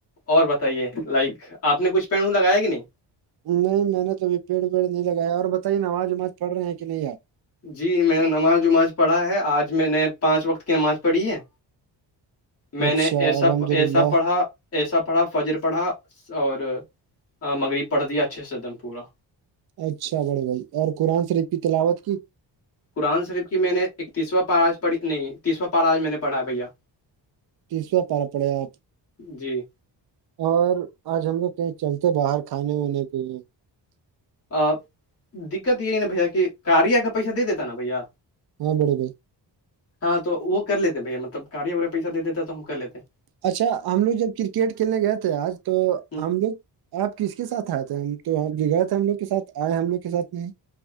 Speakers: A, on the left (about 35°); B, on the right (about 55°).
A: اور بتائیے لائک آپ نے کچھ پڑوں لگایا کہ نہیں
B: نہیں میں نے تو ابھی پیڑ ویڑ نہیں لگایا اور بتائیے ن آواز وماز پڑ رہے ہیں کہ نہیںیپ
A: جی میں نے نماز وماز پڑھا ہے آج میں نے پانچ وقت کی نماز پڑھی ہے میں
B: اچھا
A: نے ایسا
B: الحمد
A: ایسا
B: للہ
A: پڑھا ایسا پڑھا فجر پڑھا اور مغرب پڑھ دیا اچھے سے عدم پورا
B: اچھا بڑے بھائی اور قرآن شریفی تلاوت کی
A: قرآن صرف کی میں نے ایک تیسواں پاراج پڑھی نہیں تیسواں پاراج میں نے پڑھا ہے بھیا
B: تیسوا پارا پڑے آپ
A: جی
B: اور آج ہم لوگ کہیں چلتے باہر کھانے ونے کے لیے
A: ا دقت یہی نا بھیا کہ کاریا کا پیسہ دے دیتا نا بھیا
B: ہاں بیڑے بھائی
A: ہاں تو وہ کر لیتے بھیا مطلب کاریی وغیرہ پیسہ د دیتا تو ہم کر لیتے ہیں
B: اچھا ہم لوگ جب کرکٹ کھیلنے گئے تھے آج تو
A: ہ
B: ہم لوگ آپ کس کے ساتھ آئے تھے ہم تو آپ ج گئے تھے ہم لوگ کے ساتھ آئے ہم لوگ کے ساتھ نہیں